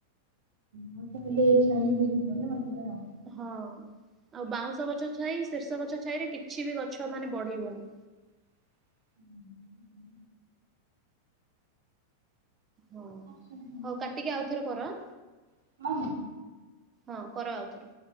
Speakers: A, on the right; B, on the right.
A: ହଁ ତାହେଲେ ଛାଇଁ ହେଇଯିବ ନା <unintelligible>
B: ହଁ। ଆଉ ବାଉଁଶ ଗଛ ଛାଇ ଶୀର୍ଷ ଗଛ ଛାଇରେ କିଛି ବି ଗଛ ମାନେ ବଢିବନି।
A: ହୁଁ।
B: ହଁ
A: ସବୁ କାମ
B: ହଉ
A: ଦେଇଥିବ
B: କାଟିକି ଆଉଥରେ କର ଆଁ
A: ନା। ହଁ। ହଁ।
B: ହଁ କର ଆଉଥରେ।